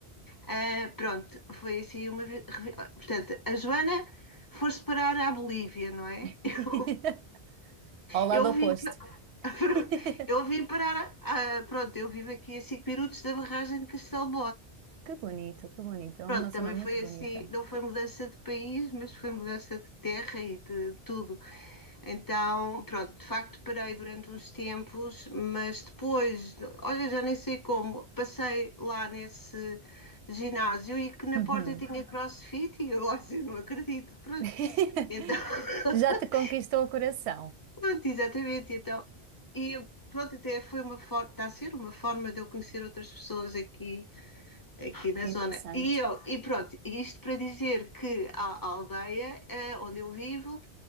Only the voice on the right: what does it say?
<laughs>
Ao lado
oposto.
<laughs>
Que bonito, que bonito. É uma
zona
muito
bonita.
Uhum.
<laughs>
Já te conquistou o coração.
Que
interessante.